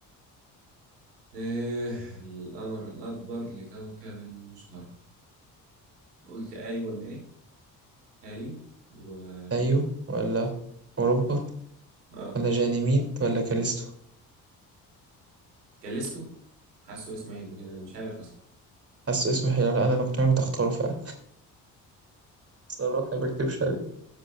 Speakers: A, on the right; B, on the right.
A: ايه القمر الأكبر لكوكب المشتري قلت أي ولا إيه؟ أيو ومين؟
B: ايو ولا اوروبا
A: اه
B: ولا جانيميد ولا كاليستو
A: كاليستو حاسه اسمه حلو كده أنا مش عارف أصلا
B: حاسه اسم حلو انا لو كنت معاك كنت هختاره فعلا صراحة ما بكتبش عليه